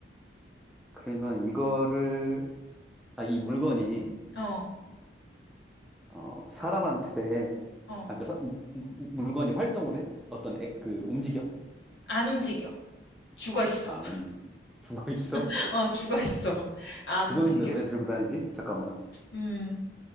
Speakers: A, in the centre; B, on the left.
A: 그러면 이거를, 아, 이 물건이
B: 어,
A: 어, 사람한테
B: 어.
A: 아까 사, 무- 무- 물건이 활동을 해? 어떤 액- 그 움직여?
B: 안 움직여. 죽어 있어.
A: 안 움직. 죽어 있어?
B: <laughs> 어, 죽어 있어. 안
A: 죽어
B: 움직여.
A: 있는데 왜 들고 다니지? 잠깐만.
B: 음,